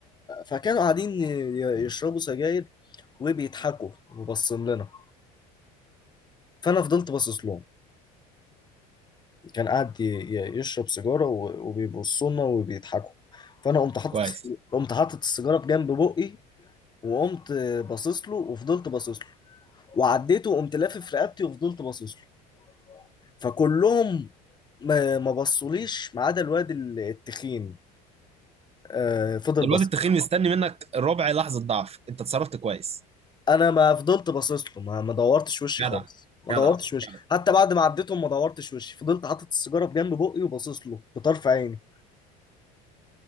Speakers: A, on the left (about 25°); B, on the right (about 35°).
A: فكانوا قاعدين ي- يشربوا سجاير وبيضحكوا وبصين لنا فانا فضلت باصص لهم كان قاعد ي- ي- يشرب سيجاره و- وبيبصوا لنا وبيضحكوا فانا قمت حاطط
B: كويس
A: قمت حاطط السيجاره بجنب بقي وقمت باصص له وفضلت باصص له وعديته وقمت لافف رقبتي وفضلت باصص له فكلهم ما ما بصوليش ما عدا الواد ال- التخين آه فضل
B: الواد
A: باصص
B: التخين مستني منك ربع لحظة ضعف انت اتصرفت كويس
A: انا ما فضلت باصص له ما ما دورتش وشي
B: جدع
A: خالص ما
B: جدع
A: دورتش وشي
B: جدع
A: حتى بعد ما عديتهم ما دورتش وشي فضلت حاطط السيجاره بجنب بقي وباصص له بطرف عيني